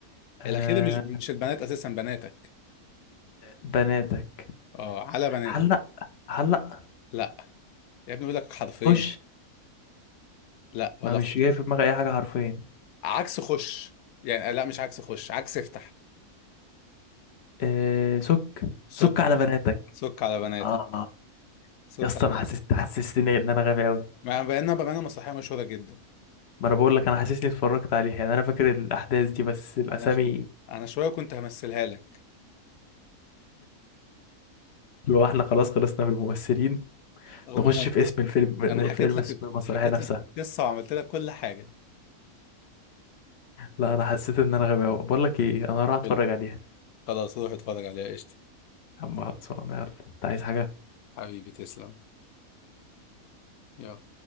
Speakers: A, on the left (about 60°); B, on the left (about 75°).
A: آه
B: الأخيرة مش مش البنات أساسا بناتك
A: بناتك
B: أه على بناتك
A: علق علق
B: لا يا ابني بيقول لك حرفين
A: خش
B: لا ولا
A: ما مش
B: خش
A: جاي في دماغي أي حاجة حرفين
B: عكس خش يعني لا مش عكس خش عكس افتح
A: آه سك
B: سك
A: سك على بناتك
B: سك على بناتك
A: آه
B: سك
A: يا اسطى
B: على بناتك
A: أنا حسست حسستني إن أنا غبي أوي
B: ما بقينا بقينا مسرحية مشهورة جدا
A: ما أنا بقول لك أنا حاسسني اتفرجت عليه يعني أنا فاكر الأحداث دي بس الأسامي
B: أنا ش... أنا شوية كنت همثلها لك
A: لو احنا خلاص خلصنا بالممثلين
B: أو
A: نخش
B: ما أنا
A: في اسم الفيلم
B: أنا حكيت
A: فيلم
B: لك
A: اسم المسرحية
B: حكيت
A: نفسها
B: لك القصة وعملت لك كل حاجة
A: لا أنا حسيت إن أنا غبي أوي بقول لك إيه أنا هروح أتفرج
B: قول لي.
A: عليها
B: خلاص روح اتفرج عليها قشطة
A: يا عم خلصانة يلا أنت عايز حاجة
B: حبيبي تسلم يلا